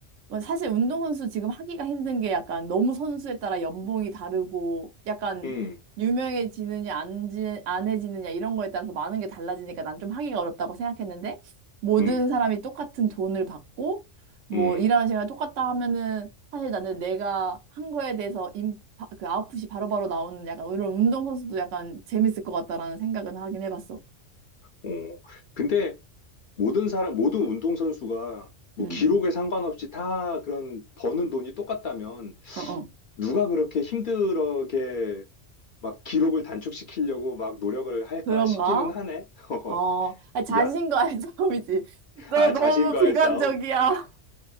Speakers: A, on the right; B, on the left.
A: 뭐 사실 운동선수 지금 하기가 힘든 게 약간 너무 선수에 따라 연봉이 다르고 약간
B: 음.
A: 유명해지느냐 안, 지, 안 해지느냐 이런 거에 따라서 많은 게 달라지니까 난 좀 하기가 어렵다고 생각했는데 모든
B: 음.
A: 사람이 똑같은 돈을 받고 뭐
B: 음.
A: 일하는 시간이 똑같다 하면은 사실 나는 내가 한 거에 대해서 인, 바- 그 아웃풋이 바로바로 나오는 약간 이런 운동선수도 약간 재밌을 것 같다라는 생각은 하긴 해봤어.
B: 어. 근데 모든 사람, 모든 운동선수가 뭐
A: 음,
B: 기록에 상관없이 다 그런 버는 돈이 똑같다면
A: 어, 어.
B: 누가 그렇게 힘들게 막 기록을 단축시키려고 막 노력을 할까
A: 그런가?
B: 싶기는 하네. <laughs> 허허.
A: 어, 아니, 자신과의
B: 야,
A: <laughs> 싸움이지. 너
B: 아,
A: 너무
B: 자신과의
A: 비관적이야.
B: 싸움?